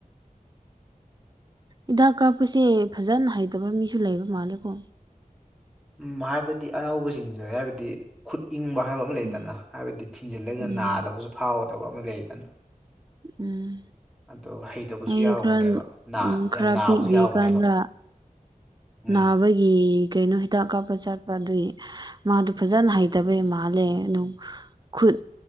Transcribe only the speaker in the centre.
ꯎꯝ ꯍꯥꯏꯕꯗꯤ ꯑꯅꯧꯕꯁꯤꯡꯁꯦ ꯍꯥꯏꯕꯗꯤ ꯈꯨꯠ ꯏꯪꯕ ꯍꯥꯏꯕ ꯑꯃ ꯂꯩꯗꯅ
ꯍꯥꯏꯕꯗꯤ ꯊꯤꯟꯖꯤꯜꯂꯒ
ꯅꯥꯗꯕꯁꯨ ꯐꯥꯎꯗꯕ ꯑꯃ ꯂꯩꯗꯅ
ꯑꯗꯣ ꯍꯩꯇꯕꯁꯨ
ꯌꯥꯎꯕꯅꯦꯕ
ꯌꯥꯝ ꯅꯥꯕꯁꯨ
ꯌꯥꯎꯕꯅꯦꯕ
ꯎꯝ